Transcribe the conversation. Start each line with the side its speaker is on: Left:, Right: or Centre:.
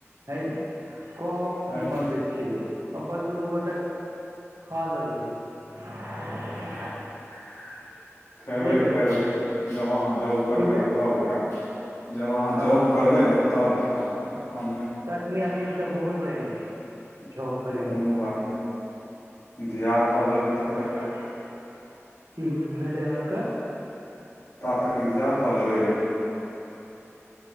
Right: हय <inaudible> कप
Left: हइ
Right: की बनबे केँ छै यौ अपन दुनू गोटे <inaudible> खा लेबै या <unintelligible>
Left: <unintelligible> खयबै
Right: नहि यौ
Left: खयबै जब अहाँ जॉब करबै
Right: की भेल
Left: न तब खैब जब अहाँ
Right: हँ
Left: जॉब करबै न तब खैब एखन नै
Right: तखनी अखनी तऽ बहुत टाइम यऽ <inaudible> जॉब
Left: तऽ
Right: करै म
Left: कोनो
Right: हमर
Left: बात नहि इन्तजार कऽ लेबै तब
Right: <unintelligible>
Left: तक
Right: की भेलै अहाँ कऽ
Left: ता तक इन्तजार कऽ लेबै
Right: <unintelligible>
Left: यौ